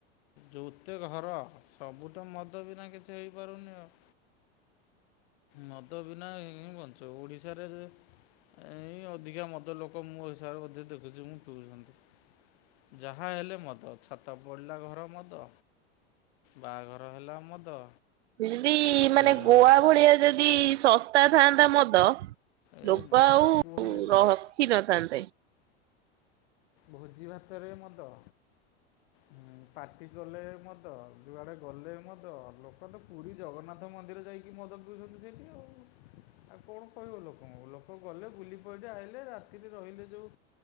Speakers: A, on the left; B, on the right.
A: ଯେଉତେ ଘର ସବୁତ ମଦ ବିନା କିଛି ହେଇପାରୁନି ଆଉ। ମଦ ବିନା ହି ବଞ୍ଚ ଓଡିଶାରେ ସେ ଏ ଅଧିକା ମଦ ଲୋକ ମୋ ହିସାବରେ ମଧ୍ୟ ଦେଖୁଛି ମୁଁ ପିଉଛନ୍ତି। ଯାହା ହେଲେ ମଦ ଛାତ ପଡ଼ିଲା ଘର ମଦ ବାହାଘର ହେଲା ମଦ
B: ଯେନ୍ତି
A: ରୋଷେଇ
B: ମାନେ
A: ଘର
B: ଗୋଆ ଭଳିଆ ଯଦି ଶସ୍ତା ଥାଆନ୍ତା ମଦ
A: ଏ
B: ଲୋକ
A: ବାବା
B: ଆଉ
A: କୁହନି ତମେ
B: ରଖି ନଥାନ୍ତେ।
A: ଭୋଜି ଭାତରେ ମଦ ହୁଁ ପାର୍ଟି କଲେ ମଦ ଯୁଆଡେ ଗଲେ ମଦ ଲୋକ ଦେଖ ପୁରୀ ଜଗନ୍ନାଥ ମନ୍ଦିର ଯାଇକି ମଦ ପିଉଛନ୍ତି ସେଇଠି ଆଉ ଆଉ କଣ କହିବ ଲୋକ ଲୋକ ଗଲେ ବୁଲି ପଇଲେ ଆଇଲେ ରାତିରେ ରହିଲେ ଯଉ